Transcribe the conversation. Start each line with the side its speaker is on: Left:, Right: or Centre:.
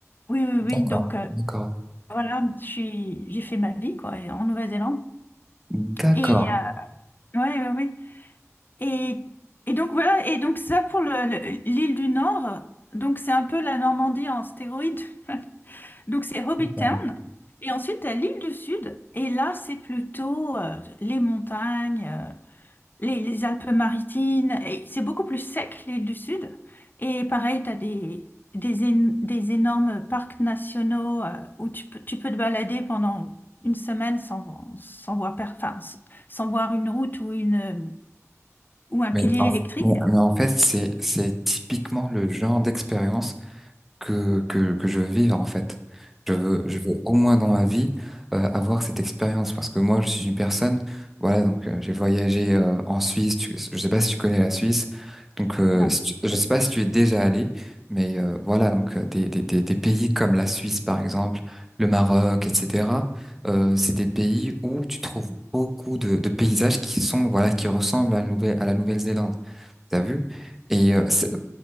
Left: oui, oui,
Centre: D'accord.
Left: oui. Donc euh,
Centre: D'accord.
Left: voilà, je suis, j'ai fait ma vie quoi, en Nouvelle-Zélande.
Centre: D'accord.
Left: Et oui, oui, oui. Et, et donc voilà, et donc ça pour le- le- l'île du Nord, donc c'est un peu la Normandie en stéroïde. <laughs> Donc c'est Hobbit
Centre: D'accord.
Left: Town. Et ensuite, t'as l'île du Sud, et là, c'est plutôt euh, les montagnes, euh, les, les Alpes-Maritimes, et c'est beaucoup plus sec, l'île du Sud. Et pareil, t'as des, des, éno- des énormes parcs nationaux euh, où tu peux, tu peux te balader pendant une semaine sans, sans voir, per- enfin, s- sans voir une route ou, une, euh, ou un
Centre: Mais
Left: pilier
Centre: en,
Left: électrique.
Centre: mais mais en fait, c'est, c'est typiquement le genre d'expérience que, que, que je veux vivre en fait. Je veux, je veux au moins dans ma vie euh, avoir cette expérience parce que moi je suis une personne, voilà, donc euh, j'ai voyagé euh, en Suisse, tu- je sais pas si tu connais la Suisse, donc euh,
Left: Non.
Centre: si tu- je sais pas si tu es déjà allé, mais euh, voilà, donc euh, des, des, des, des pays comme la Suisse par exemple, le Maroc, etc., euh, c'est des pays où tu trouves beaucoup de, de paysages qui sont, voilà, qui ressemblent à la Nouvelle, à la Nouvelle-Zélande, t'as vu? Et euh, c'est-